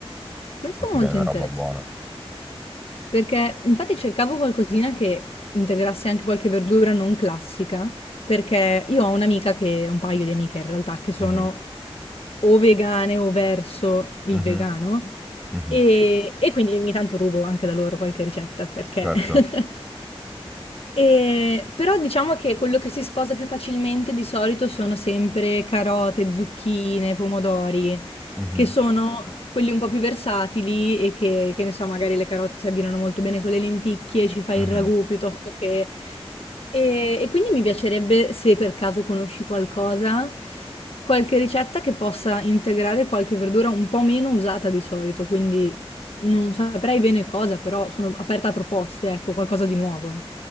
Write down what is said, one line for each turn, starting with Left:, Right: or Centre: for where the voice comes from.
Left: Questo
Centre: E ti
Left: è molto
Centre: viene una
Left: interessante,
Centre: roba buona.
Left: perché infatti cercavo qualcosina che integrasse anche qualche verdura non classica, perché io ho un'amica che, un paio di amiche in realtà, che sono
Centre: Mhm,
Left: o vegane o verso il
Centre: mhm,
Left: vegano,
Centre: mhm,
Left: e, e quindi ogni tanto rubo anche da loro qualche ricetta, perché
Centre: Certo.
Left: <laughs> Ehm, però diciamo che quello che si sposa più facilmente di solito sono sempre carote, zucchine, pomodori,
Centre: Mhm,
Left: che sono Ah. quelli un po' più versatili e che che ne so, magari le carote si abbinano molto bene con le lenticchie, ci fai
Centre: mhm.
Left: il ragù piuttosto Mh-mh. che e e quindi mi piacerebbe, se per caso conosci qualcosa, qualche ricetta che possa integrare qualche verdura un po' meno usata di solito, quindi non saprei bene cosa, però sono aperta a proposte, ecco, qualcosa di nuovo.